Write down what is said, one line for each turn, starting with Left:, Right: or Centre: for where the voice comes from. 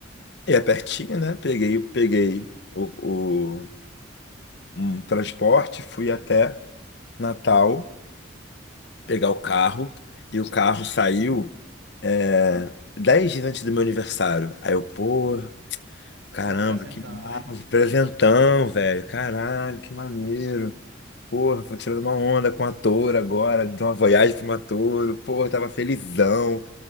Left: E é pertinho, né? Peguei, peguei o, o- um transporte, fui até Natal pegar o carro. E o carro saiu é, dez dias antes do meu aniversário. Aí eu, pô,
Right: Ô,
Left: caramba,
Right: presentão,
Left: que massa,
Right: hein?
Left: presentão, velho. Caralho, que maneiro. Porra, tô tirando uma onda com a touro agora, de uma viagem pra uma touro. Porra, tava felizão.